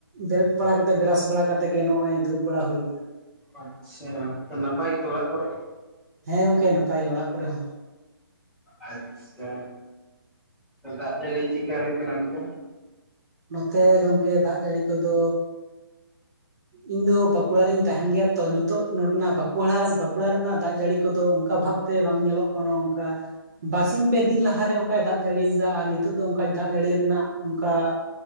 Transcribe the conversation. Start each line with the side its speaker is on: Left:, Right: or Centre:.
Right: ᱵᱮᱨᱮᱫ ᱵᱟᱲᱟ ᱠᱟᱛᱮ ᱵᱮᱨᱟᱥ ᱵᱟᱲᱟ ᱠᱟᱛᱮ ᱜᱮ ᱱᱚᱜ-ᱚᱭ ᱫᱩᱲᱩᱵ ᱵᱟᱲᱟ ᱦᱩᱭ ᱟᱠᱟᱱᱟ
Centre: ᱟᱪᱪᱷᱟ ᱛᱚ ᱱᱟᱯᱟᱭ ᱜᱮᱛᱚ ᱚᱲᱟᱜ ᱠᱚᱨᱮ?
Right: ᱦᱮᱸ ᱜᱚᱝᱠᱮ ᱱᱟᱯᱟᱭ ᱜᱮ ᱚᱲᱟᱜ ᱠᱚᱨᱮ ᱦᱚᱸ
Centre: ᱟᱪᱪᱷᱟ ᱛᱚ ᱫᱟᱜ ᱡᱟᱹᱲᱤ ᱪᱮᱠᱟ ᱦᱩᱭᱩᱜ ᱠᱟᱱᱟ ᱚᱱᱛᱮ?
Right: ᱱᱚᱛᱮ ᱜᱚᱝᱠᱮ ᱫᱟᱜ ᱡᱟᱹᱲᱤ ᱠᱚᱫᱚ ᱤᱧ ᱫᱚ ᱵᱟᱸᱠᱩᱲᱟ ᱨᱤᱧ ᱛᱟᱦᱮᱱ ᱜᱮᱭᱟ ᱛᱚ ᱱᱤᱛᱚᱜ ᱱᱚᱸᱰᱮᱱᱟᱜ ᱵᱟᱸᱠᱩᱲᱟ ᱵᱟᱸᱠᱩᱲᱟ ᱨᱮᱱᱟᱜ ᱫᱟᱜ ᱡᱟᱹᱲᱤ ᱠᱚᱫᱚ ᱚᱱᱠᱟ ᱵᱷᱟᱵᱽ ᱛᱮ ᱵᱟᱝ ᱧᱮᱞᱚᱜ ᱠᱟᱱᱟ ᱚᱝᱠᱟ ᱵᱟᱨᱥᱤ ᱯᱮ ᱫᱤᱱ ᱞᱟᱦᱟᱨᱮ ᱚᱝᱠᱟᱭ ᱫᱟᱜ ᱡᱟᱹᱲᱤᱭ ᱠᱟᱫᱟ ᱟᱨ ᱱᱤᱛᱚᱜ ᱫᱚ ᱚᱝᱠᱟ ᱫᱟᱜ ᱡᱟᱹᱲᱤ ᱨᱮᱱᱟᱜ ᱚᱝᱠᱟ